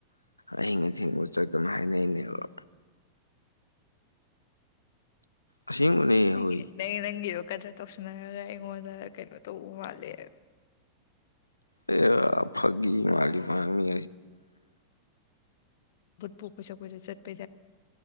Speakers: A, on the left (about 80°); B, on the left (about 55°).
A: ꯑꯍꯤꯡ ꯑꯊꯦꯡꯕ ꯆꯠꯀꯅ ꯍꯥꯏꯅꯩꯅꯦꯕ ꯑꯁꯦꯡꯕꯅꯦ
B: ꯅꯪ
A: ꯍꯣꯏ
B: ꯅꯪ ꯒꯗ꯭ꯔ ꯇꯧꯁꯤꯟꯅꯔꯒ ꯑꯩꯉꯣꯟꯗ ꯀꯩꯅꯣ ꯇꯧꯕ ꯃꯥꯜꯂꯦꯕ
A: ꯑꯦ ꯐꯒ ꯃꯥꯂꯤꯃꯃꯤ
B: ꯊꯠꯨꯀꯁꯀꯦ ꯆꯠꯄꯤ